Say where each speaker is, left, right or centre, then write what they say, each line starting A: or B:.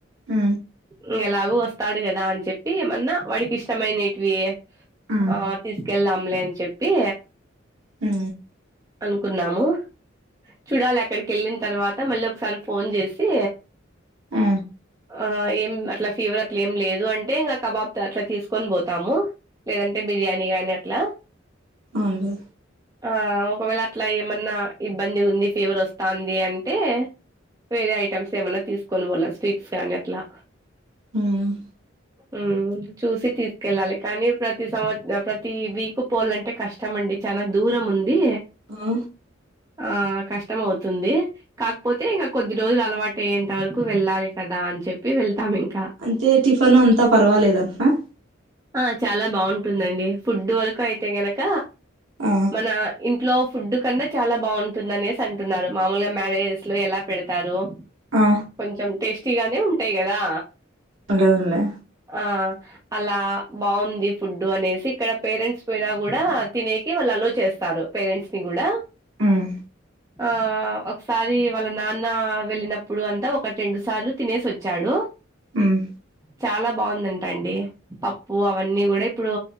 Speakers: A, on the right; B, on the right.
A: ఉ
B: ఇంగ ఎలాగో వస్తాడు కదా అని చెప్పి ఏమన్నా వాడికి ఇష్టమైనేటివి
A: ఉమ్
B: ఆ తీసుకెళ్దాంలే అని చెప్పి
A: అ
B: అనుకున్నాము చూడాలి అక్కడికి వెళ్ళిన తర్వాత మళ్ళీ ఒకసారి ఫోన్ జేసి
A: ఆ
B: ఆ ఏం అట్లా ఫీవర్ అట్లా ఏం లేదు అంటే ఇంకా కబాబ్‌త అట్లా తీసుకొని పోతాము లేదంటే బిర్యానీ గాని అట్లా
A: అవున్లే
B: ఆ ఒకవేళ అట్లా ఏమన్నా ఇబ్బంది ఉంది ఫీవర్ వస్తాంది అంటే వేరే ఐటమ్స్ ఏమన్నా తీసుకొని పోవల్ల స్వీట్స్ కానీ అట్లా
A: ఉమ్మ్
B: ఉమ్మ్ చూసి తీసుకెళ్ళాలి కానీ ప్రతి సంవ ప్రతి వీక్ పోవాలంటే కష్టమండి చానా దూరం ఉంది
A: ఆ
B: ఆ కష్టం అవుతుంది కాకపోతే ఇంకా కొద్ది రోజులు అలవాటయ్యేంత వరకు వెళ్లాలి కదా అని చెప్పి వెళ్తాం ఇంకా
A: అంతే టిఫన్ అంతా పర్వాలేదంటన
B: ఆ చాలా బాగుంటుందండి ఫుడ్ వరకు అయితే గనక
A: ఆ
B: మన ఇంట్లో ఫుడ్ కన్నా చాలా బాగుంటుంది అనేసి అంటున్నారు మామూలుగా మ్యారేజెస్‌లో ఎలా పెడతారు
A: ఆ
B: కొంచెం టేస్టీగానే ఉంటాయి కదా
A: అదే అవున్లే
B: ఆ అలా బాగుంది ఫుడ్డు అనేసి ఇక్కడ పేరెంట్స్ పోయినా కూడా తినే కి వాళ్ళు అలో చేస్తారు పేరెంట్స్‌ని కూడా
A: ఉమ్
B: ఆ ఒకసారి వాళ్ళ నాన్న వెళ్ళినప్పుడు అంతా ఒకటి రెండు సార్లు తినేసి వచ్చాడు
A: ఉమ్మ్
B: చాలా బాగుందంటా అండి పప్పు అవన్నీ కూడా ఇప్పుడు